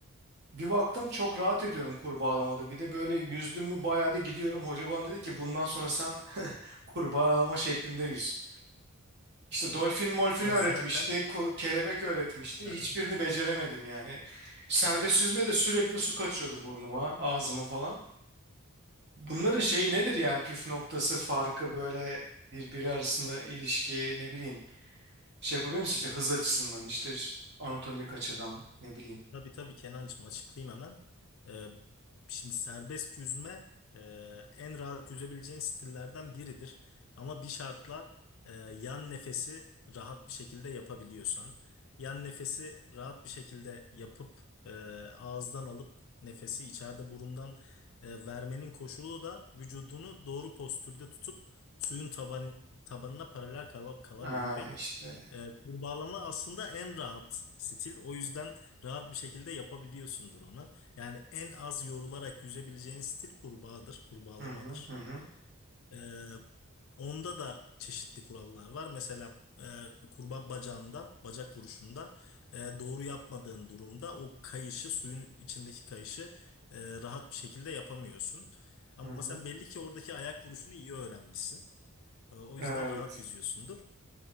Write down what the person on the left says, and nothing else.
Zaten
Aha.
Tabii tabii Kenancığım açıklayayım hemen. Ee, şimdi serbest yüzme e, en rahat yüzebileceğin stillerden biridir. Ama bir şartla e, yan nefesi rahat bir şekilde yapabiliyorsan. Yan nefesi rahat bir şekilde yapıp e, ağızdan alıp nefesi içeride burundan e, vermenin koşulu da vücudunu doğru postürde tutup suyun tabanı, tabanına paralel kala- kalabilmek.
E, kurbağalama aslında en rahat stil. O yüzden rahat bir şekilde yapabiliyorsundur onu. Yani en az yorularak yüzebileceğin stil kurbağadır, kurbağalamadır.
Ee, onda da çeşitli kurallar var. Mesela e, kurbağa bacağında, bacak vuruşunda e, doğru yapmadığın durumda o kayışı, suyun içindeki kayışı e, rahat bir şekilde yapamıyorsun. Ama
sen belli ki oradaki ayak vuruşunu iyi öğrenmişsin. E, o
yüzden rahat yüzüyorsundur.